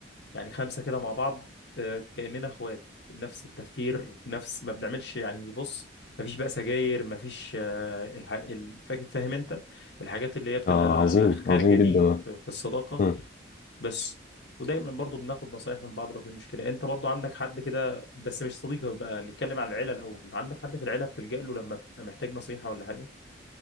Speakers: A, on the left; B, on the left.
A: يعني خمسه كده مع بعض آه، كاننا اخوات نفس التفكير نفس ما بنعملش يعني بص ما فيش بقى سجاير ما فيش آه، الح... ال- فاك- فاهم انت الحاجات اللي هي بتبقى
B: آه عظيم
A: خارجه
B: عظيم
A: دي
B: جدا
A: في في الصداقه
B: آه
A: بس ودايما برضو بناخد نصايح من بعض لو في مشكله انت برضو عندك حد كده بس مش صديقك بقى نتكلم على العيله الاول عندك حد في العيله بتلجأ له لما بتبقى محتاج نصيحه ولا حاجه